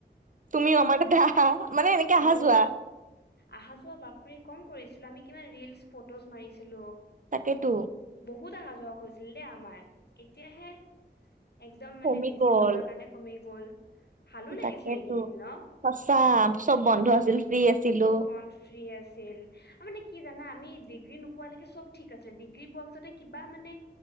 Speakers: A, on the right; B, on the left.
A: তুমি আমাৰ তাতে আহা, মানে এনেকে অহা
B: মইয়ো
A: যোৱা।
B: আহা যোৱা বাপৰে কম কৰিছিলো আমি কিমান ৰিলচ ফটোজ মাৰিছিলো।
A: তাকেইতো।
B: বহুত আহা যোৱা হৈছিল দেই আমাৰ এতিয়াহে- একদম মানে
A: কমি
B: বিজি
A: গ'ল
B: হৈ যোৱাৰ কাৰণে কমি গ'ল। ভালো লাগিছিলে
A: তাকেতো,
B: এইকেইদিন ন
A: সঁচা চব বন্ধ আছিল। ফ্ৰী আছিলো
B: চব বন্ ফ্ৰী আছিল, মানে কি জানা আমি ডিগ্ৰী নোপোৱালৈকে চব ঠিক আছিলে ডিগ্ৰী- পোৱা পিছতে কিবা মানে